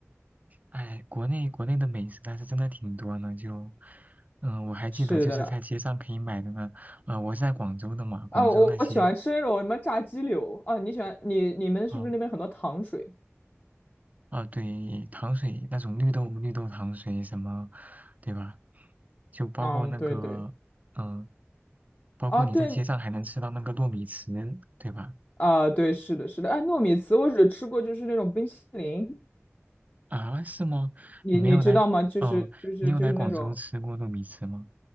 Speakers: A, on the right (about 35°); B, on the left (about 40°).
A: 哎，国内国内的美食但是真的挺多呢。就嗯、呃我还记得就是在街上可以买的呢。
B: 是的，
A: 呃，我是在广州的嘛，广州那些
B: 啊，我我喜欢吃那种什么炸鸡柳啊。你喜欢你你们是不是那边很多糖水？
A: 哦啊、对，糖水那种绿豆绿豆糖水什么，对吧？就包括那个。
B: 嗯，对对，
A: 嗯，包括你在街上还能吃到那个糯米糍，
B: 啊对
A: 对吧？
B: 啊对，是的，是的，哎，糯米糍我只吃过就是那种冰淇淋，
A: 啊，是吗？
B: 你你知道吗？
A: 你没有来，
B: 就是就是就是那种。
A: 哦、你有来广州吃过糯米糍吗？